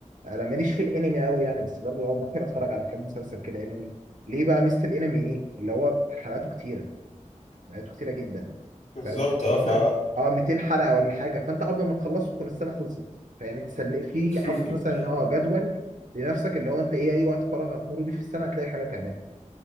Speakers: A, on the right (about 75°); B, on the left (about 65°).
A: انا ماليش في الانمي قوي يعني بس برضو آه، ممكن اتفرج على كام مسلسل كده انمي ليه بقى ميزه الانمي ايه اللي هو حلقاته كتيره حلقاته كتيره جدا
B: بالظبط
A: فانت مثلا
B: اه ف
A: اه 200 حلقه ولا حاجه فانت قبل ما تخلصه تكون السنه خلصت فيعني تسلق فيه
B: <laughs>
A: حاطط مثلا اه جدول لنفسك اللي هو انت ايه اي وقت فراغ هتمر بيه في السنه هتلاقي حاجه تعملها